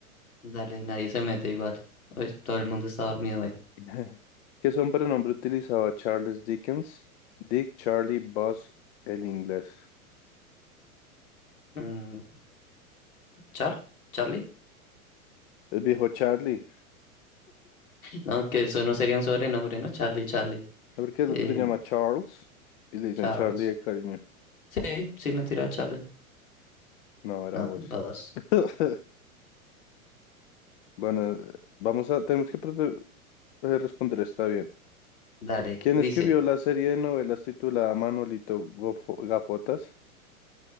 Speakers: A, on the left; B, on the left.
A: Dale, nadie se mete igual. Uy, todo el mundo está dormido hoy.
B: <laughs> ¿Qué sobrenombre utilizaba Charles Dickens? Dick, Charlie, Buzz, el inglés.
A: Mm, ¿Char? ¿Charlie?
B: El viejo Charlie.
A: No, que eso no sería un sobrenombre, ¿no? Charlie, Charlie.
B: ¿no? Porque el
A: Eh,
B: otro se llama Charles y le dicen
A: Charles.
B: Charlie de cariño.
A: Sí, sí, mentira, Charlie.
B: No, era
A: No,
B: vos.
A: babas.
B: <laughs> Bueno, vamos a, tenemos que prote- eh, responder está bien.
A: Dale,
B: ¿Quién
A: dice.
B: escribió la serie de novelas titulada Manolito Gofo- Gafotas?